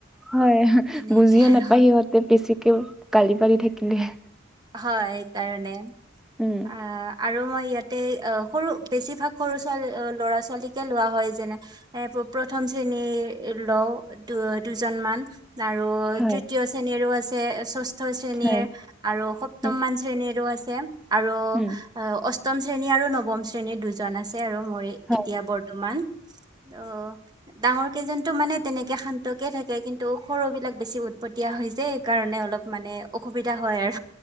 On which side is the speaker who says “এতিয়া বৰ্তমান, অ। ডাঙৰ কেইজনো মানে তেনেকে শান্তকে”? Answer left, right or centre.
Right